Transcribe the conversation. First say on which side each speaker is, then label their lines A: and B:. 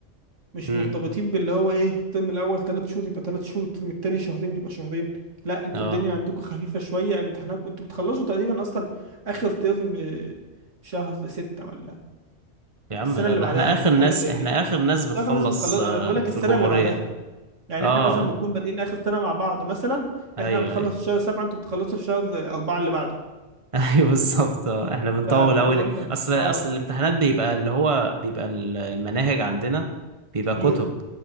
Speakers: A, on the right (about 85°); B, on the right (about 25°).
A: مش
B: امم
A: مرتبطين باللي هو ايه الترم الاول ثلاث شهور يبقى ثلاث شهور الترم التاني شهرين يبقى شهرين لا انتوا
B: اه
A: الدنيا عندكم خفيفه شويه امتحاناتكم انتوا بتخلصوا تقريبا اصلا اخر ترم آه، شهر ستة ولا
B: يا عم
A: السنه
B: لا
A: اللي
B: ده
A: بعدها
B: احنا آخر
A: حاجه
B: ناس
A: زي
B: احنا
A: كده
B: آخر ناس بتخلص
A: اغلب الناس بتخلص
B: آه،
A: انا بقول لك
B: في
A: السنه
B: الجمهورية
A: اللي بعدها يعني
B: اه
A: احنا مثلا بنكون بادئين اخر سنه مع بعض مثلا
B: ايوه
A: احنا بنخلص
B: ايوه
A: في شهر سبعة انتوا بتخلصوا في شهر آه، أربعة اللي بعده
B: <laughs> ايوه بالظبط اه احنا بنطول
A: ف...
B: أوي
A: فبقول لك
B: اصل
A: اه
B: اصل الامتحانات بيبقى اللي هو بيبقى المناهج عندنا بيبقى
A: كبيره
B: كتب